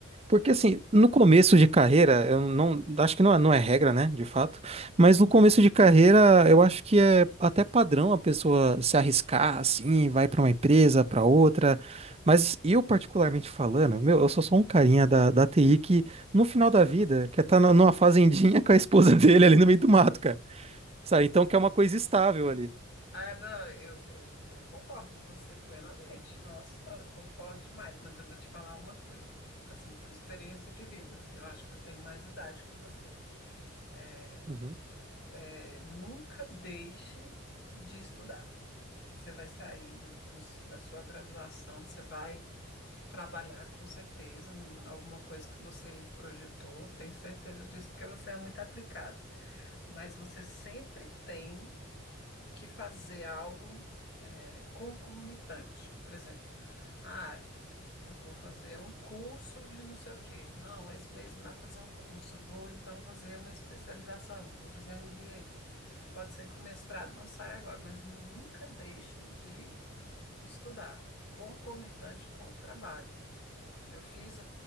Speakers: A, on the right (about 30°); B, on the left (about 55°).
A: Porque
B: é,
A: assim, no começo
B: hum.
A: de carreira, eu não, acho que não é, não é regra, né, de fato, mas no começo de carreira, eu acho que é até padrão a pessoa se arriscar assim, vai para uma empresa, para outra. Mas eu particularmente falando, meu, eu sou só um carinha da, da TI que no final da vida quer estar numa fazendinha com a esposa <laughs> dele ali no meio do mato, cara. Sabe? Então
B: É,
A: quer uma coisa estável ali.
B: Ah, não, eu, eu, eu concordo com você plenamente. Nossa, senhora, concordo demais, mas eu vou te falar uma coisa, assim, por experiência de vida. Eu acho que eu tenho mais idade que você. É,
A: Uhum,
B: é, nunca deixe de estudar. Você vai sair do, do- da sua graduação, você vai trabalhar com certeza em alguma coisa que você projetou, tenho certeza disso, porque você é muito aplicado. Mas você sempre tem que fazer algo é, concomitante. Por exemplo, ah, eu vou fazer um curso de não sei o quê. Não, esse mês não dá pra fazer um curso. Eu vou então fazer uma especialização, vou fazer um MBA. Pode ser que o mestrado não saia agora, mas nunca deixe de estudar, concomitante com o trabalho. Eu fiz